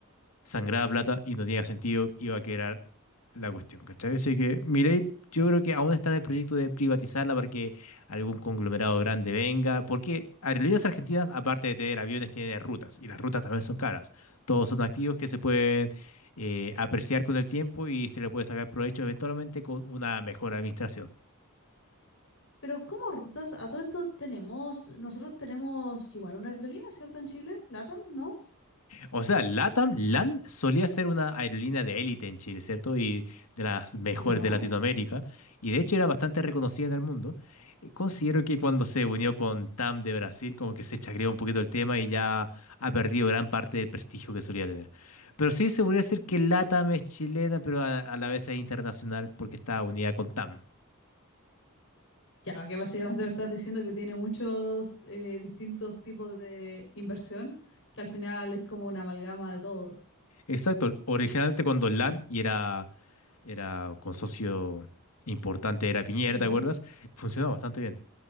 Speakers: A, on the left (about 80°); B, on the left (about 60°).
A: sangraba plata y no tenía sentido, iba a quedar la cuestión, ¿cachai? Así que Milei, yo creo que aún está en el proyecto de privatizarla para que algún conglomerado grande venga, porque Aerolíneas Argentinas, aparte de tener aviones, tiene rutas, y las rutas también son caras. Todos son activos que se pueden eh, apreciar con el tiempo y se le puede sacar provecho eventualmente con una mejor administración.
B: pero ¿cómo rutas? A todo esto tenemos... Nosotros tenemos igual una aerolínea, ¿cierto? En Chile. LATAM, ¿no?
A: O sea, LATAM, LAN solía ser una aerolínea de élite en Chile, ¿cierto? Y de las mejores
B: Ya.
A: de Latinoamérica. Y de hecho era bastante reconocida en el mundo. Eh, Considero que cuando se unió con TAM de Brasil, como que se chacreó un poquito el tema y ya ha perdido gran parte del prestigio que solía tener. Pero sí se podría decir que LATAM es chilena, pero a, a la vez es internacional porque está unida con TAM.
B: Ya, que básicamente me estás diciendo que tiene muchos eh, distintos tipos de inversión, que al final es como una amalgama de todo.
A: Exacto. Originalmente cuando LAN y era, era con socio importante, era Piñera,
B: Ujú.
A: ¿te acuerdas? Funcionaba bastante bien.